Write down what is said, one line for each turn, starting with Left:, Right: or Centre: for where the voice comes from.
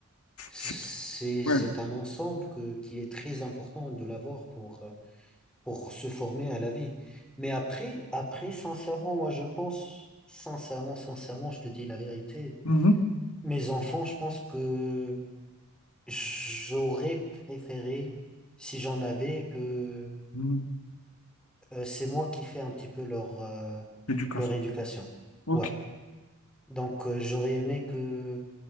Centre: c'est,
Left: C'est- ouais.
Centre: c'est un ensemble que, qui est très important de l'avoir pour, euh, pour se former à la vie. Mais après, après, sincèrement, moi, je pense, sincèrement, sincèrement, je te dis la vérité.
Left: Mhm.
Centre: Mes enfants, je pense que j'aurais préféré, si j'en avais, que
Left: Mhm.
Centre: euh, c'est moi qui fais un petit peu leur, euh,
Left: Éducation.
Centre: leur éducation.
Left: Ok.
Centre: Ouais. Donc, euh, j'aurais aimé que